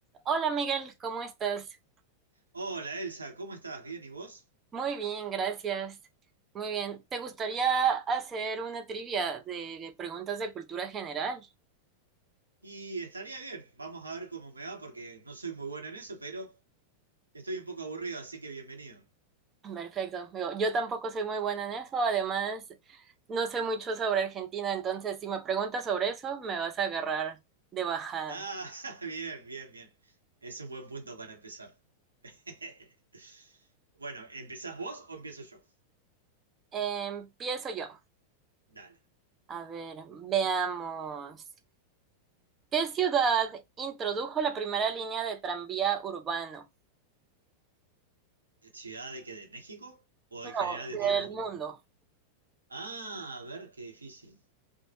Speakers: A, on the right (about 25°); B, on the right (about 80°).
A: Hola Miguel, ¿cómo estás?
B: Hola Elsa, ¿cómo estás? ¿Bien y vos?
A: Muy bien, gracias. Muy bien. ¿Te gustaría hacer una trivia de de preguntas de cultura general?
B: Y estaría bien, vamos a ver cómo me va porque no soy muy bueno en eso, pero estoy un poco aburrido, así que bienvenido.
A: <clears throat> Perfecto. Digo, yo tampoco soy muy buena en eso. Además, no sé mucho sobre Argentina, entonces si me preguntas sobre eso, me vas a agarrar de bajada.
B: Ah, <laughs> bien, bien, bien. Es un buen punto para empezar. <laughs> Bueno, ¿empezás vos o empiezo yo?
A: Empiezo yo.
B: Dale.
A: A ver, veamos. ¿Qué ciudad introdujo la primera línea de tranvía urbano?
B: ¿Ciudad de qué? ¿De México? ¿O
A: No,
B: en general de
A: del
B: todo el mundo?
A: mundo.
B: Ah, a ver, qué difícil.